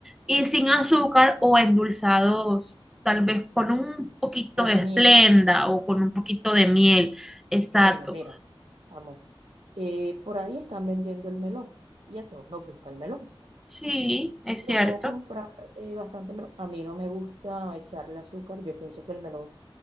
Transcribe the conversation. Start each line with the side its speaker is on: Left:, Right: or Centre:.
Centre: y sin azúcar o endulzados, tal vez con un poquito
Right: Con
Centre: de esplenda
Right: miel.
Centre: o con un poquito de miel, exacto.
Right: Bueno, mira, amor, eh, por ahí están vendiendo el melón y a todos nos gusta el melón.
Centre: Sí, es
Right: Yo
Centre: cierto.
Right: puedo comprar eh, bastante melón. A mí no me gusta echarle azúcar, yo pienso que el melón